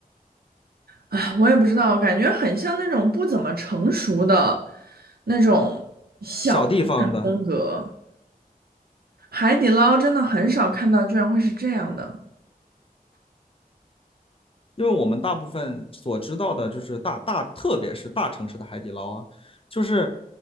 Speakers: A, on the right; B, on the left.
A: 啊，我也不知道，感觉很像那种不怎么成熟的那种小店风格。
B: 小地方的，
A: 海底捞真的很少看到，居然会是这样的。
B: 因为我们大部分所知道的就是大大，特别是大城市的海底捞啊，就是